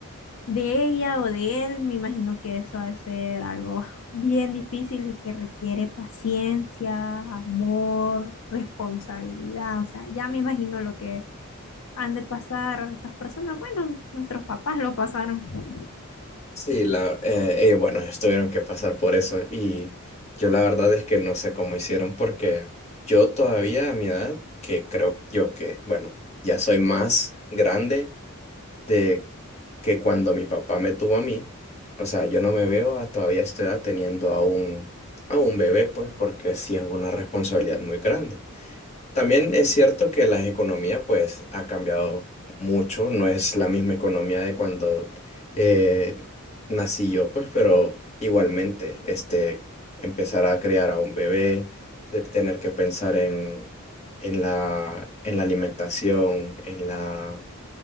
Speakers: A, on the left; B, on the left.
A: de ella o de él, me imagino que eso ha de ser algo <laughs> bien difícil y que requiere paciencia, amor, responsabilidad. O sea, ya me imagino lo que han de pasar esas personas. Bueno, nuestros papás lo pasaron. <laughs>
B: Sí, la, eh, ellos, bueno, ellos tuvieron que pasar por eso y yo la verdad es que no sé cómo hicieron porque yo todavía a mi edad, que creo yo que, bueno, ya soy más grande de que cuando mi papá me tuvo a mí, o sea, yo no me veo a todavía a esta edad teniendo a un, a un bebé, pues porque sí es una responsabilidad muy grande. También es cierto que la economía pues ha cambiado mucho, no es la misma economía de cuando eh, nací yo, pues, pero igualmente, este, empezar a criar a un bebé, te- tener que pensar en, en la, en la alimentación, en la,